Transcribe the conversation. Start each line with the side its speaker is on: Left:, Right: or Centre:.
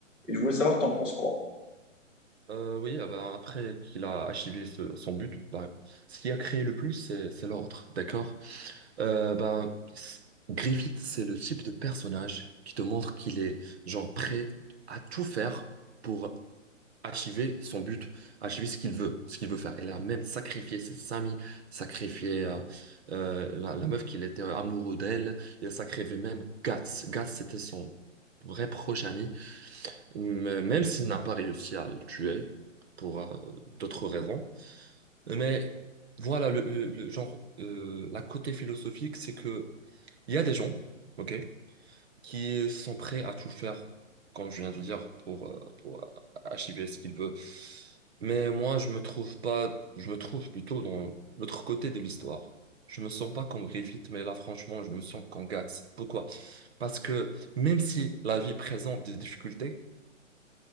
Centre: Et je voulais savoir, t'en penses quoi?
Right: euh, oui, ah bah, après qu'il a achevé ce- son but, bah, ce qui a créé le plus, c'est c'est l'ordre, d'accord? Euh, bah, c- Griffith, c'est le type de personnage qui te montre qu'il est genre prêt à tout faire pour achiver son but, achiver ce qu'il veut, ce qu'il veut faire. Elle a même sacrifié ses amis, sacrifié euh, euh, la, la meuf qu'il était euh, amoureux d'elle, il a sacrifié même Guts. Guts, c'était son vrai proche ami, Mais même s'il n'a pas réussi à le tuer pour euh, d'autres raisons. Mais voilà, le, le- le genre, euh, la côté philosophique, c'est que il y a des gens, ok? qui sont prêts à tout faire, comme je viens de dire, pour, euh, pour euh, achever ce qu'il veut. Mais moi, je me trouve pas, je me trouve plutôt dans l'autre côté de l'histoire. Je me sens pas comme Griffith, mais là, franchement, je me sens comme Guts. Pourquoi? Parce que même si la vie présente des difficultés,